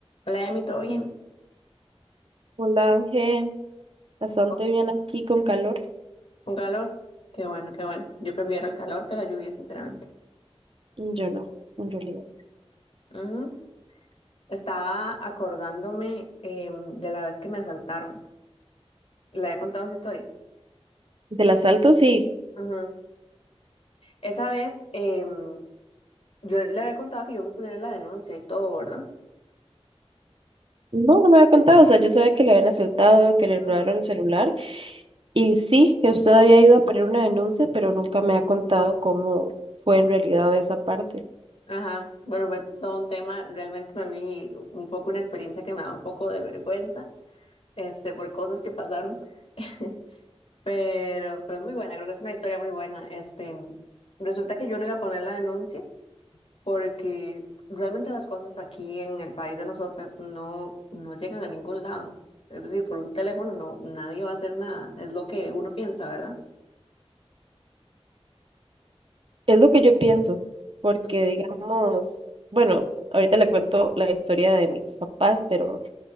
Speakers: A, on the left (about 65°); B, on the right (about 55°).
A: Hola, Emi, ¿todo bien?
B: Hola Ángel, bastante
A: Oh,
B: bien aquí con calor.
A: ¿Un calor? Qué bueno, qué bueno. Yo prefiero el calor que la lluvia, sinceramente.
B: Yo no, en realidad.
A: Ujú. Estaba acordándome em, de la vez que me asaltaron. Le había contado esa historia.
B: Del asalto sí.
A: Ujú. Esa vez, em, yo le había contado que yo fui a poner la denuncia y todo, ¿verdad?
B: No, no me había contado. O sea, yo sabía que le habían asaltado, que le
A: Ujú.
B: robaron el celular. Y sí, que usted había ido a poner una denuncia, pero nunca me ha contado cómo fue en realidad esa parte.
A: Ajá, bueno, fue todo un tema, realmente también y un poco una experiencia que me da un poco de vergüenza, este, por cosas que pasaron. <laughs> Pero, pero es muy buena, creo que es una historia muy buena. Este, resulta que yo no iba a poner la denuncia porque realmente las cosas aquí en el país de nosotras no, no llegan a ningún lado. Es decir, por un teléfono no, nadie va a hacer nada. Es lo que uno piensa, ¿verdad?
B: Es lo que yo pienso, porque
A: Ujú.
B: digamos, bueno, ahorita le cuento la historia de mis papás, pero